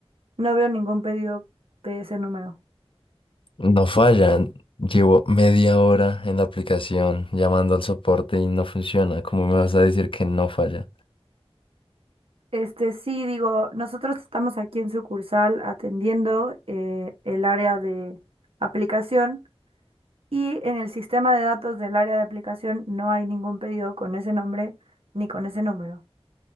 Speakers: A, on the right (about 65°); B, on the left (about 55°).
A: no veo ningún pedido de ese número.
B: No falla, llevo media hora en la aplicación llamando al soporte y no funciona. ¿Cómo me vas a decir que no falla?
A: Este sí, digo, nosotros estamos aquí en sucursal atendiendo eh, el área de aplicación y en el sistema de datos del área de aplicación no hay ningún pedido con ese nombre ni con ese número.